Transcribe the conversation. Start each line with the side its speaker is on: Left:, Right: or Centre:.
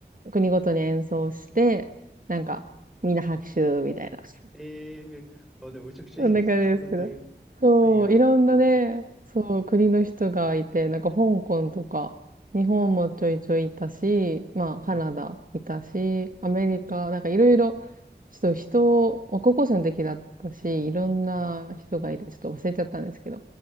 Right: 国ごとに演奏して、なんかみんな拍手みたいな。
Centre: えー、あ、でもめちゃくちゃいいですね。
Right: そんな感じですけど。
Centre: それで、
Right: そう、
Centre: 海外行って、
Right: いろんなね、そう、国の人がいて、なんか香港とか、日本もちょいちょいいたし、まあ、カナダいたし、
Centre: はい、
Right: アメリカ、なんかいろいろ、ちょっと人を、高校生の時だったし、いろんな人がいて、
Centre: はい。
Right: ちょっと忘れちゃったんですけど。